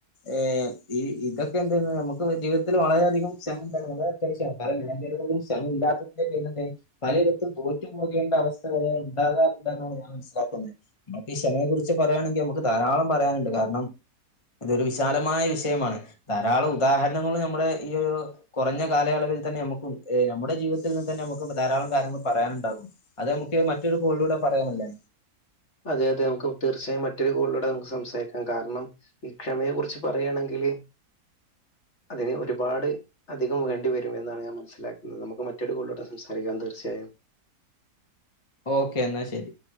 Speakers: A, on the left; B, on the left.
A: ഏഹ് ഈ ഇതൊക്കെ എന്ത് നമ്മുക്ക് ജീവിതത്തില് വളരെയധികം ശ്രമം <unintelligible> അത്യാവശ്യാ കാരണം <unintelligible> പലയിടത്തും തോറ്റുപോകേണ്ട അവസ്ഥ വരെ ഉണ്ടാകാറുണ്ടെന്നാണ് ഞാൻ മനസ്സിലാക്കുന്നത്. നമ്മക്ക് ഈ ക്ഷമയെ കുറിച്ച് പറയാണെങ്കിൽ നമ്മുക്ക് ധാരാളം പറയാനുണ്ട് കാരണം ഇതൊരു വിശാലമായ വിഷയമാണ് ധാരാളം ഉദാഹരണങ്ങൾ നമ്മുടെ ഈ ഒരു കൊറഞ്ഞ കാലയളവിൽ തന്നെ നമ്മുക്ക് നമ്മുടെ ജീവിതത്തിൽ നിന്ന് തന്നെ നമുക്ക് ധാരാളം കാര്യങ്ങൾ പറയാനുണ്ടാകും. അത് നമുക്ക് മറ്റൊരു കോളിലൂടെ പറയാനല്ലേ
B: അതെ അതെ നമ്മുക്ക് തീർച്ചയായും മറ്റൊരു കോളിലൂടെ നമ്മുക്ക് സംസാരിക്കാം. കാരണം ഈ ക്ഷമയെ കുറിച്ച് പറയാണെങ്കില് അതിന് ഒരുപാട് അധികം വേണ്ടി വരും എന്നാണ് ഞാൻ മനസ്സിലാക്കുന്നത്. നമ്മുക്ക് മറ്റൊരു കോളിലൂടെ സംസാരിക്കാം തീർച്ചയായും
A: ഓക്കെ എന്നാ ശരി.